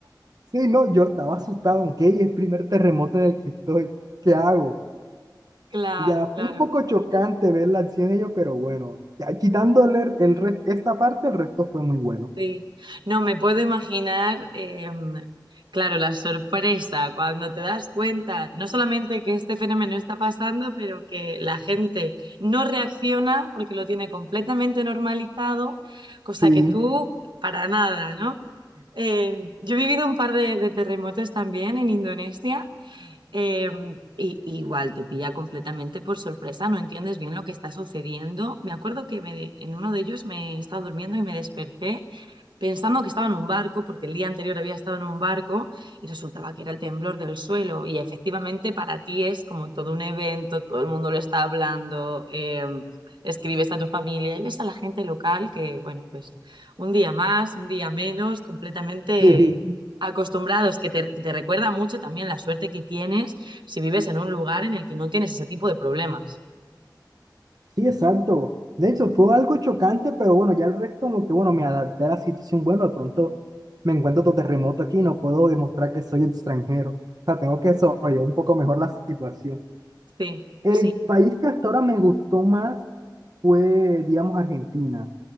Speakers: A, on the right; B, on the right.
A: Sí, no, yo estaba asustado, ok, es el primer terremoto en el que estoy, ¿qué hago?
B: Claro,
A: Ya
B: claro,
A: fue un poco chocante ver la acción de ellos, pero bueno, ya quitándole el, el re- esta parte, el resto fue muy bueno.
B: sí. No, me puedo imaginar, em, claro, la sorpresa cuando te das cuenta, no solamente que este fenómeno está pasando, pero que la gente no reacciona porque lo tiene completamente normalizado, cosa
A: Sí,
B: que tú para nada, ¿no? Eh, yo he vivido un par de, de terremotos también en Indonesia eh, y y igual te pilla completamente por sorpresa, no entiendes bien lo que está sucediendo. Me acuerdo que me de- en uno de ellos me estaba durmiendo y me desperté pensando que estaba en un barco, porque el día anterior había estado en un barco y resultaba que era el temblor del suelo. Y efectivamente para ti es como todo un evento, todo el mundo lo está hablando, eh, escribes a tu familia y ves a la gente local que, bueno, pues un día más, un día menos, completamente
A: sí.
B: acostumbrados, que te, que te recuerda mucho también la suerte que tienes si vives en un lugar en el que no tienes ese tipo de problemas.
A: Sí, exacto. De hecho, fue algo chocante, pero bueno, ya el resto como que, bueno, me adapté a la situación. Bueno, de pronto me encuentro otro terremoto aquí no puedo demostrar que soy extranjero. O sea, tengo que sobrellevar un poco mejor la situación.
B: Sí,
A: El
B: sí,
A: país que hasta ahora me gustó más fue, digamos, Argentina,